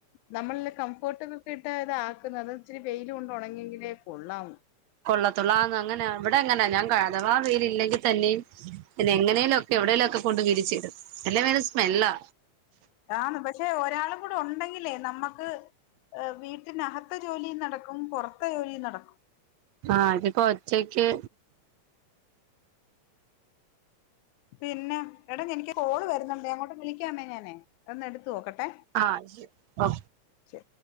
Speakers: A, on the left; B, on the right.
A: നമ്മള് കംഫേട്ടുകളൊക്ക ഇട്ടാ ഇതാക്കുന്നത് പക്ഷെ വെയില് കൊണ്ട് ഒണങ്ങിയെങ്കിലേ കൊള്ളാവൂ
B: കൊള്ളത്തൊള്ളൂ ആന്ന് അങ്ങനെ ഇവിടെ അങ്ങനാ ഞാൻ അതവാ വെയില് ഇല്ലെങ്കിൽ തന്നെയും പിന്നെ എങ്ങനേലും ഒക്കെ എവിടെയേലും ഒക്കെ കൊണ്ട് വിരിച്ചിടും എല്ലേ വയങ്കര സ്മെല്ലാ
A: ആന്ന് പക്ഷെ ഒരാളും കൂടെ ഉണ്ടെങ്കിലേ നമ്മക്ക് വീട്ടിനകത്തെ ജോലിയും നടക്കും പൊറത്തെ ജോലിയും നടക്കും
B: ആഹ് അതിപ്പോ ഒറ്റയ്ക്ക്
A: പിന്നെ എടാ എനിക്ക് കോള് വരുന്നുണ്ടേ അങ്ങോട്ട് വിളിക്കന്നേ ഞാനേ അതൊന്ന് എടുത്ത് നോക്കട്ടെ
B: ആഹ് ശരി ഓ
A: ശരി